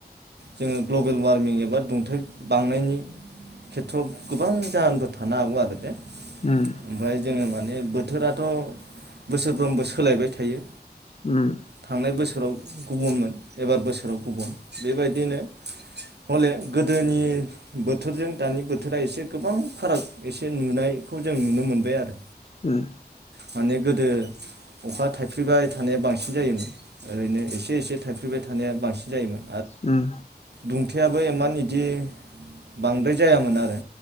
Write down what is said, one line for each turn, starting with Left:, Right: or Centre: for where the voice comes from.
Right: जोङो ग्ल'बेल वार्मिं एबा दुंथाय बांनायनि खेथ्रआव गोबां जाहोनबो थानो हागौ आरो
Left: उम
Right: ओमफ्राय जोङो माने बोथोराथ' बोसोरफ्रोमबो सोलायबाय थायो।
Left: उम
Right: थांनाय बोसोराव गुबुनमोन एबार बोसोर बेबायदिनो हले। गोदोनि बोथोरजों दानि बोथोरा एसे गोबां फाराग एसे नुनायखौ जों नुनो मोनबाय आरो।
Left: ओम।
Right: माने गोदो अखा थाइफ्लैबाय थानाया बांसिन जायोमोन। ओरैनो एसे एसे। थाइफ्रिबाय थानाया। बांसिन जायोमोन।
Left: ओम।
Right: दुंथायेाबो इमान इदि बांद्राय जायामोन आरो।